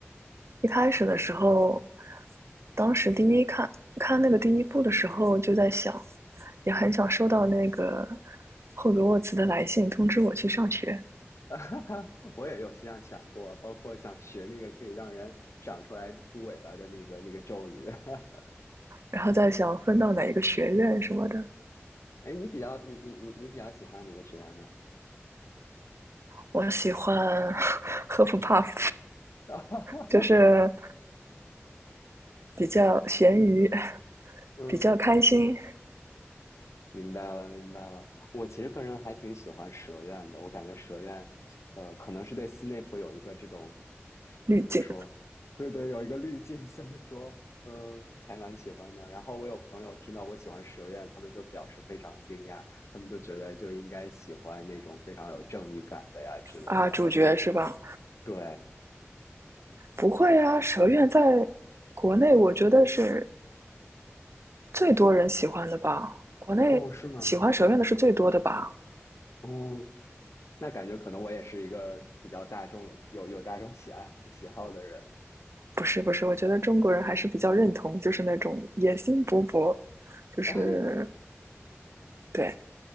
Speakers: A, on the right; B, on the left.
A: 一开始的时候，当时第一看看那个第一部的时候，就在想，也很想收到那个霍格沃茨的来信通知我去上学，
B: <laughs> 我也有这样想过，包括想学那个可以让人长出来猪尾巴的那个那个咒语。<laughs>
A: 然后在想分到哪一个学院什么的。
B: 哎，你比较你你你你比较喜欢哪个学员呢？
A: 我喜欢 <laughs> 赫夫帕夫，
B: <laughs>
A: 就是比较咸鱼，
B: 嗯
A: 比较开心
B: 明白了，明白了。我其实个人还挺喜欢蛇院的，我感觉蛇院，呃，可能是对斯内普有一个这种，
A: 滤镜
B: 怎么说？对对，有一个滤镜，<laughs> 所以说，嗯、还蛮喜欢的。然后我有朋友听到我喜欢蛇院，他们就表示非常惊讶，他们就觉得就应该喜欢那种非常有正义感的呀之类的。
A: 啊，主角是吧？
B: 但是我觉得，对，
A: 不会啊，蛇院在国内我觉得是最多人喜欢的吧，国内喜欢蛇院的是最多的吧。
B: 哦，是吗？哦，那感觉可能我也是一个比较大众，有有大众喜爱喜好的人。
A: 不是不是，我觉得中国人还是比较认同，就是那种野心勃勃，就是
B: <laughs>
A: 对，